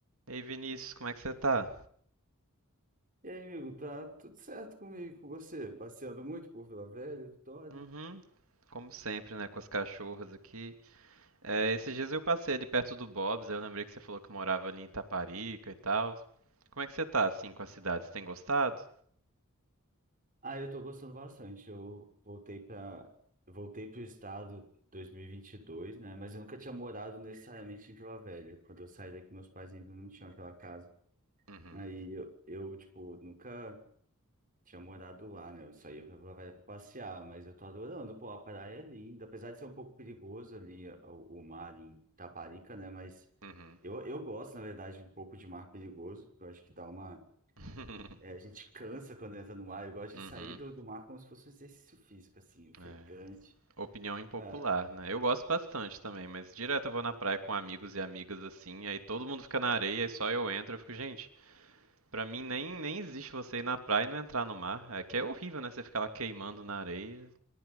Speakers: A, on the right; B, on the right.
A: Ei Vinícius, como é que você tá?
B: E aí, amigo, tá tudo certo comigo, com você? Passeando muito por Vila Velha, Vitória?
A: Uhum. Como sempre, né, com as cachorras aqui. É, esses dias eu passei ali perto do Bob's, aí eu lembrei que você falou que morava ali em Itaparica e tal. Como é que você tá, assim, com a cidade? Você tem gostado?
B: Ah, eu tô gostando bastante. Eu voltei para voltei pro estado em dois mil e e vinte e dois, né? Mas eu nunca tinha morado necessariamente em Vila Velha. Quando eu saí daqui, meus pais ainda não tinham aquela casa.
A: Uhum,
B: Aí eu, eu tipo, nunca tinha morado lá, né? Eu saía pra, pra pra passear, mas eu tô adorando, pô, a praia é linda, apesar de ser um pouco perigoso ali a- o, o mar em Taparica, né? Mas
A: uhum.
B: eu, eu gosto, na verdade, um pouco de mar perigoso, eu acho que dá uma...
A: <laughs>
B: é, a gente cansa quando entra no mar, eu gosto de
A: Uhum.
B: sair do, do mar como se fosse um exercício físico, assim, ofegante.
A: É. Opinião impopular,
B: Ah,
A: né? Eu gosto bastante também, mas direto eu vou na praia com amigos e amigas assim, aí todo mundo fica na areia e só eu entro, eu fico, gente, pra mim nem, nem existe você ir na praia e não entrar no mar. É que é horrível, né? Você ficar lá queimando na areia.